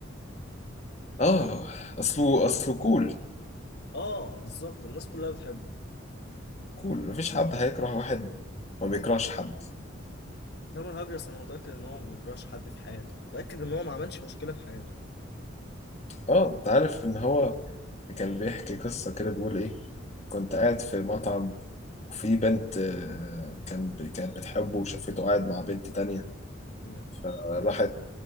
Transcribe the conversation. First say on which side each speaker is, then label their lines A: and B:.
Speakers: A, on the left; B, on the left.
A: اه اصله اصله كول
B: اه بالظبط الناس كلها بتحبه
A: كول مفيش حد هيكره واحد ما بيكرهش حد
B: تامر هجرس انا متأكد ان هو ما بيكرهش حد في حياته متأكد ان هو ما عملش مشكلة في حياته
A: اه انت عارف ان هو كان بيحكي قصة كده بيقول ايه كنت قاعد في مطعم وفي بنت آه، كان ب- كانت بتحبه وشافته قاعد مع بنت تانية
B: مم.
A: فراحت